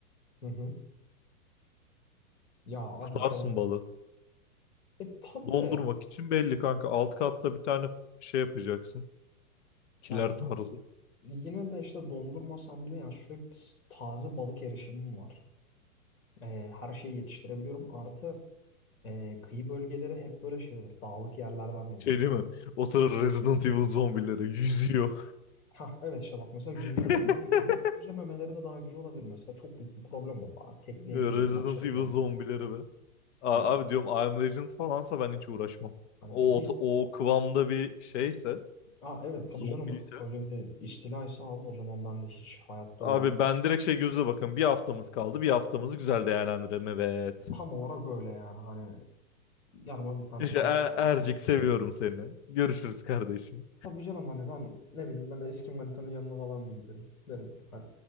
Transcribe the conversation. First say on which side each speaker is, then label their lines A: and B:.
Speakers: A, on the left (about 75°); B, on the left (about 55°).
A: Hı hı. Ya
B: tutarsın
A: abi don...
B: balığı.
A: E tabii
B: Dondurmak
A: de.
B: için belli
A: Hani,
B: kanka. Alt katta bir tane f- şey yapacaksın. Kiler
A: ya
B: tarzı.
A: yine de işte dondurmasam bile ya sürekli s- taze balık erişimim var. E, her şeyi yetiştirebiliyorum. Artı e, kıyı bölgeleri hep böyle şey olur. Dağlık yerlerden de oluşur.
B: Şey değil mi? O sıra Resident Evil zombileri yüzüyor.
A: Ha evet işte bak mesela
B: <laughs>
A: yüzme, yüz, bir yüzememeleri de daha güzel olabilir mesela. Çok büyük bir problem oldu abi. Tekneye
B: Resident
A: bineceğim, açılacağım
B: Evil zombileri
A: biraz.
B: be. A-
A: Hani
B: Abi diyorum I Am Legend falansa ben hiç uğraşmam.
A: hani
B: O,
A: bir
B: o, o kıvamda bir şeyse,
A: Aa, evet tabii
B: zombiyse.
A: canım öyle bir istilaysa abi o zaman ben de hiç hayatta
B: Abi
A: uğraşmam.
B: ben direkt şey gözle bakın. Bir haftamız kaldı. Bir haftamızı güzel değerlendirelim. Evet.
A: Tam olarak öyle yani. Hani yanıma bir tane
B: İşte
A: tabanca
B: Er-
A: alırım.
B: Ercik seviyorum seni. Görüşürüz kardeşim.
A: Tabii canım hani ben ne bileyim ben eski manitanın yanına falan bir giderim. Derim hani